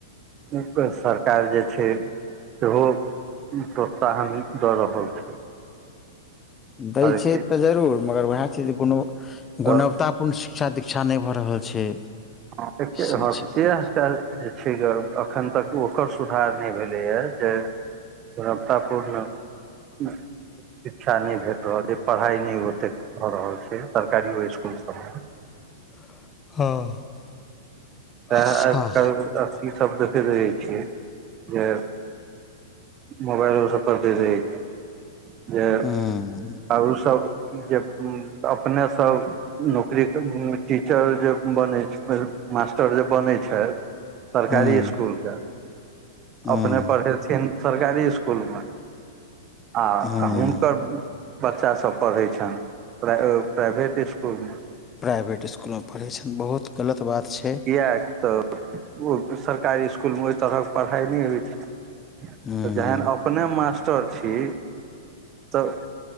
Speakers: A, on the right; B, on the left.
A: ऊपर सरकार जे छै सेहो प्रोत्साहन दऽ रहल छै
B: दै
A: हरेक
B: छै
A: चीज
B: तऽ जरूर मगर उएह छै जे गुण
A: तऽ
B: गुणवत्ता कोन शिक्षा दीक्षा नहि भऽ रहल छै
A: <unintelligible> एखन
B: से छै
A: तक ओकर सुधार नहि भेलैएा जे तो रा में सौ पुरलौ शिक्षा नहि भेट रहल छै पढ़ाइ नहि ओतेक भऽ रहल छै सरकारिओ सकुलसब में
B: हँ
A: तै आइ
B: हँ
A: काल्हि अथीसभ देखैत रहै छियै जे मोबाल में ओ सबपरले रहैत छै जे
B: हूँ
A: आरोसभ जे अपने सब नौकरी सब टीचर जे बनै छै मास्टर जे बनै छैथ सरकारी
B: हूँ
A: इसकुलके
B: हूँ
A: अपने पढ़ेथिन सरकारी इसकुलमे आ
B: हूँ
A: हुनकर बच्चासभ पढ़ैत छनि प्राइभेट इस्कुलमे
B: प्राइवेट स्स्कूल मे पढ़े छयथि बहुत गलत बात छै
A: किएक तऽ सरकारी इसकुलमे ओहि तरहक पढ़ाइ नहि होइ छै
B: हूँ
A: तऽ जेहन अपने मास्टर छी तऽ